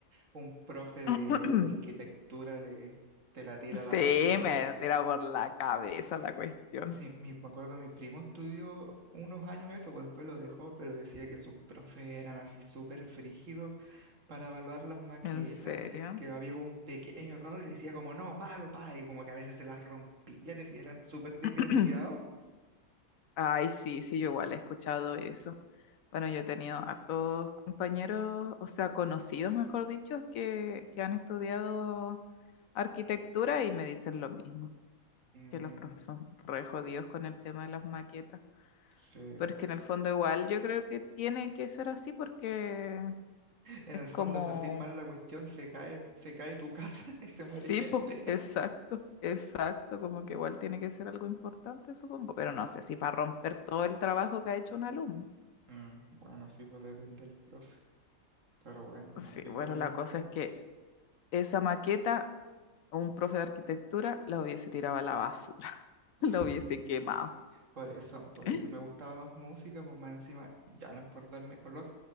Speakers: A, on the right (about 60°); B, on the left (about 75°).
A: un profe de,
B: <clears throat>
A: de arquitectura le, te la tira
B: Sí,
A: a la basura.
B: me tira por la cabeza la cuestión.
A: Sí, mi- me acuerdo, mi primo estudió unos años eso, pues después lo dejó, pero decía que sus profes eran así súper frígidos para evaluar las maquetas,
B: ¿En serio?
A: que había como un pequeño error y le decía como, no, malo, pa, y como que a veces se las rompían y si eran súper desgraciados.
B: <clears throat> Ay, sí, sí, yo igual he escuchado eso. Bueno, yo he tenido hartos compañeros, o sea, conocidos, mejor dicho, que, que han estudiado arquitectura y me dicen lo mismo,
A: Mm,
B: que los profesores son re jodidos con el tema de las maquetas.
A: sí.
B: Pero es que en el fondo igual yo creo que tiene que ser así porque
A: En
B: es
A: el fondo,
B: como,
A: si hacís mal la cuestión, se cae, se cae tu casa <laughs> y se
B: sí,
A: muere gente.
B: po, exacto, exacto, como que igual tiene que ser algo importante, supongo, pero no sé si para romper todo el trabajo que ha hecho un alumno.
A: Mm, bueno, sí, pues depende del profe. Pero bueno,
B: Sí,
A: así
B: bueno,
A: con el
B: la
A: arte,
B: cosa
A: pues.
B: es que esa maqueta, un profe de arquitectura la hubiese tirado a la basura, <laughs>
A: Sí.
B: la hubiese quemado.
A: Por eso, por
B: <laughs>
A: eso me gustaba más música, pues más encima, ya no es por darme color,